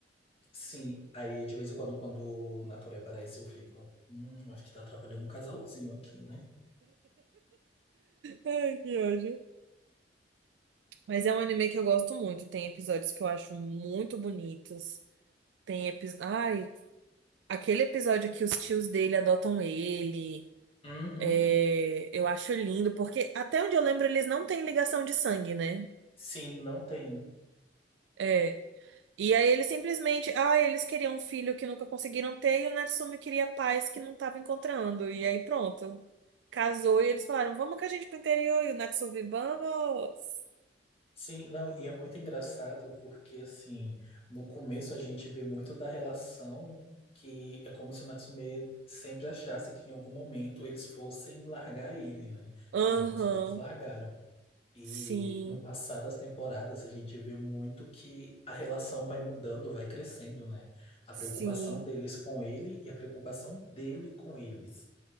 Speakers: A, on the left; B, on the right.
A: Sim, aí de vez em quando, quando o Natori aparece, eu fico. Hum, acho que tá atrapalhando um casalzinho aqui, né?
B: Ai, que ódio. Mas é um anime que eu gosto muito. Tem episódios que eu acho muito bonitos. Tem episódios. Aquele episódio que os tios dele adotam ele,
A: Uhum.
B: é, eu acho lindo, porque até onde eu lembro eles não têm ligação de sangue, né?
A: Sim, não tem.
B: É. E aí eles simplesmente, ah, eles queriam um filho que nunca conseguiram ter e o Natsumi queria paz que não tava encontrando. E aí pronto, casou e eles falaram, vamos com a gente pro interior e o Natsumi, vamos.
A: Sim, não, e é muito engraçado porque, assim, no começo a gente vê muito da relação que é como se o Natsume sempre achasse que em algum momento eles fossem largar ele, né?
B: Aham,
A: Que nem os outros largaram. E
B: sim,
A: no passar das temporadas, a gente vê muito que a relação vai mudando, vai crescendo, né? A
B: sim,
A: preocupação deles com ele e a preocupação dele com eles.